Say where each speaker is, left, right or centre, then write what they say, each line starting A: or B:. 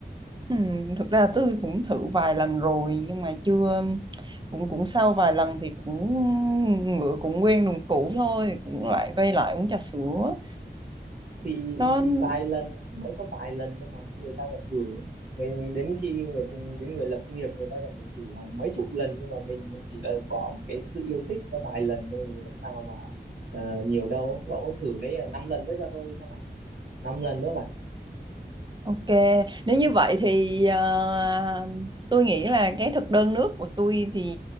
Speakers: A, on the right; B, on the right.
A: Ừ, thực ra tôi cũng thử vài lần rồi nhưng mà chưa cũng cũng sau vài lần thì cũng ngựa cũng quen đường cũ thôi cũng lại quay lại uống trà sữa
B: thì
A: nó
B: thì vài lần mới có vài lần thôi mà người ta còn thử người đến khi người đến người lập nghiệp người ta còn phải thử hàng mấy chục lần nhưng mà mình mới chỉ là bỏ một cái sự yêu thích có vài lần thôi thì làm sao mà ờ, nhiều đâu cậu thử lấy ờ, năm lần nữa cho tôi xem nào năm lần nữa mà
A: ok nếu như vậy thì ờ, tôi nghĩ là cái thực đơn nước của tôi thì